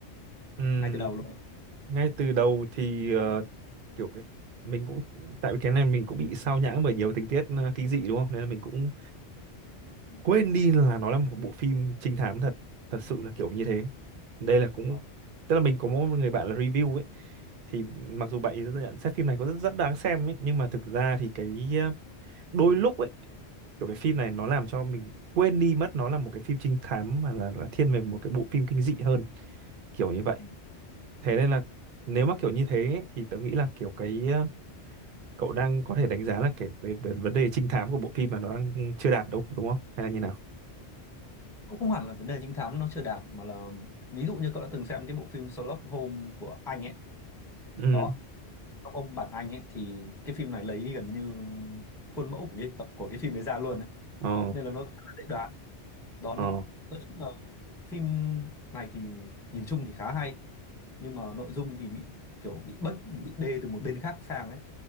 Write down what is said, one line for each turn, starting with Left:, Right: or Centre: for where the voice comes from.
Right: Ừm,
Centre: ngay từ đầu luôn
Right: ngay từ đầu thì ờ, kiểu cái mình cũng tại vì cái này mình cũng bị sao nhãng bởi nhiều tình tiết ờ, kinh dị đúng không? Nên là mình cũng
Centre: Ừ.
Right: quên đi là nó là một bộ phim trinh thám thật thật sự là kiểu như thế đây là cũng
Centre: Ờ.
Right: tức là mình có một người bạn là review ấy thì mặc dù bạn ấy nhận xét phim này có rất, rất đáng xem ấy nhưng mà thực ra thì cái ờ, đôi lúc ấy kiểu cái phim này nó làm cho mình quên đi mất nó là một cái phim trinh thám mà là, là thiên về một cái bộ phim kinh dị hơn kiểu như vậy
Centre: Ừ.
Right: thế nên là nếu mà kiểu như thế ấy, thì tớ nghĩ là kiểu cái ờ, cậu đang có thể đánh giá là cái về, về vấn đề trinh thám của bộ phim mà nó đang chưa đạt đâu đúng không hay là như nào
Centre: cũng không hẳn là vấn đề trinh thám nó chưa đạt mà là ví dụ như cậu đã từng xem cái bộ phim Sherlock Holmes của Anh ấy
Right: ừ
Centre: đó Sherlock Holmes bản Anh ấy thì cái phim này lấy gần như khuôn mẫu của cái tập của cái phim ấy ra luôn ấy
Right: ờ
Centre: nên là nó khá là dễ đoán đó nó
Right: ờ
Centre: nói chung là phim này thì nhìn chung thì khá hay nhưng mà nội dung thì bị kiểu bị bách bị bê từ một bên khác sang ấy